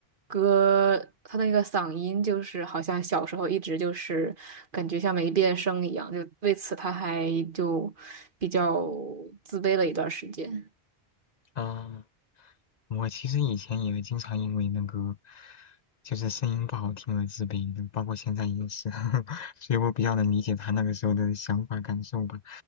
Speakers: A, on the right; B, on the left.
A: 歌，他那个嗓音就是好像小时候一直就是感觉像没变声一样，就为此他还就比较自卑了一段时间。
B: 啊，我其实以前也经常因为那个就是声音不好听而自卑的，包括现在也是，<laughs> 所以我比较能理解他那个时候的想法感受吧。